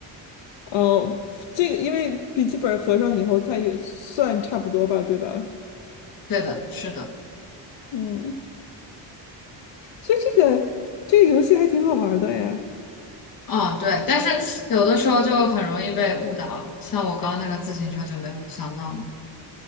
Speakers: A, on the left (about 65°); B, on the left (about 45°).
A: 哦，这个因为笔记本合上以后，它也算差不多吧，对吧？
B: 对的，是的，
A: 嗯。所以这个这个游戏还挺好玩的呀。
B: 嗯，对。但是有的时候就很容易被误导，像我刚刚那个自行车就没有想到嘛。